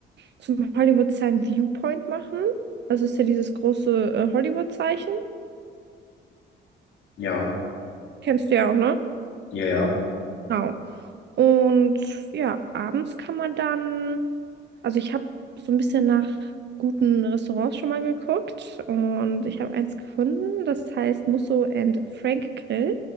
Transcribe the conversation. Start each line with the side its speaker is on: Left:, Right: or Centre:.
Right: zum Hollywood-Sign Viewpoint machen. Das ist ja dieses große äh, Hollywood-Zeichen.
Left: Ja,
Right: Kennst du ja auch, ne?
Left: ja, ja,
Right: Genau. Und ja, abends kann man dann. Also ich habe so ein bisschen nach guten Restaurants schon mal geguckt und ich habe eins gefunden, das heißt Musso and Frank Grill.